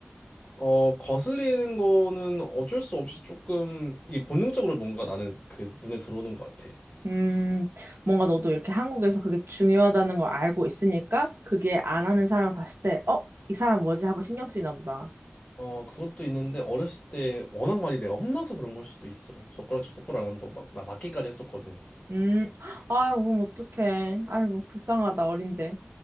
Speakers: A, on the left; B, on the right.
A: 어, 거슬리는 거는 어쩔 수 없이 조금, 이 본능적으로 뭔가 나는 그 눈에 들어오는 것 같아.
B: 음, 뭔가 너도 이렇게 한국에서 그게 중요하다는 걸 알고 있으니까 그게 안 하는 사람을 봤을 때, 어, 이 사람 뭐지? 하고 신경 쓰이나 보다.
A: 어, 그것도 있는데, 어렸을 때 워낙 많이 내가 혼나서 그런 걸 수도 있어. 젓가락질 똑바로 안 한다고 막, 나 맞기까지 했었거든.
B: 음, <gasps> 아이고, 그럼 어떡해. 아이고, 불쌍하다, 어린데.